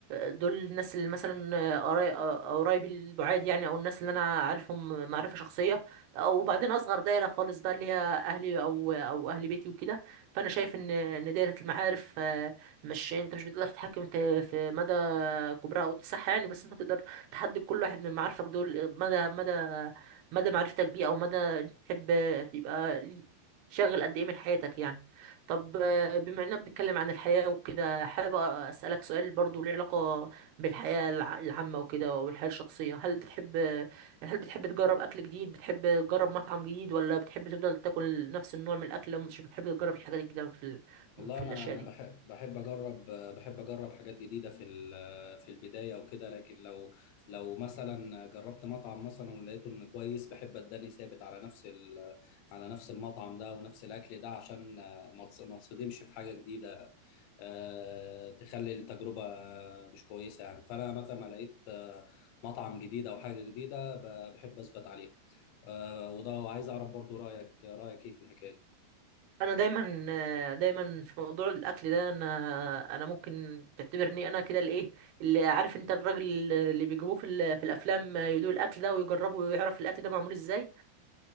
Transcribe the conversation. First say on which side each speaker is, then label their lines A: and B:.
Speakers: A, on the right; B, on the left.
A: دول الناس اللي مثلا آه، قراي- آه، قرايبي البعاد يعني او الناس اللي انا عارفهم معرفه شخصيه او بعدين اصغر دايره خالص بقى اللي هي اهلي او او اهل بيتي وكده فانا شايف ان ان دايره المعارف مش يعني انت مش بتقدر تتحكم في في مدى كبرها او اتساعها يعني بس انت تقدر تحدد كل واحد من معارفك دول مدى مدى مدى معرفتك بيه او مدى انت تحب تبقى شاغل قد ايه من حياتك يعني طب آه، بما اننا بنتكلم عن الحياة وكده حابب اسالك سؤال برضو له علاقة بالحياة الع- العامة وكده وبالحياة الشخصية هل بتحب هل بتحب تجرب اكل جديد بتحب تجرب مطعم جديد ولا بتحب تفضل تاكل نفس النوع من الاكل ومش بتحب تجرب الحاجات الجديدة في ال...
B: والله
A: في
B: انا
A: الاشياء
B: انا
A: دي
B: بحب بحب اجرب بحب اجرب حاجات جديده في ال- في البدايه وكده لكن لو لو مثلا جربت مطعم مثلا ولقيته انه كويس بحب اداني ثابت على نفس ال- على نفس المطعم ده ونفس الاكل ده عشان ما تص- ما تصدمش في حاجه جديده آه، تخلي التجربه مش كويسه يعني فانا متى ما لقيت آه، مطعم جديد او حاجه جديده ب- بحب اثبت عليه آه، وده وعايز اعرف برضو رايك رايك ايه في الحكايه
A: انا دايما آه، دايما في موضوع الاكل ده انا انا ممكن تعتبرني انا كده الايه اللي عارف انت الراجل اللي بيجيبوه في ال- في الافلام آه، يدوق الاكل ده ويجربه ويعرف الاكل ده معمول ازاي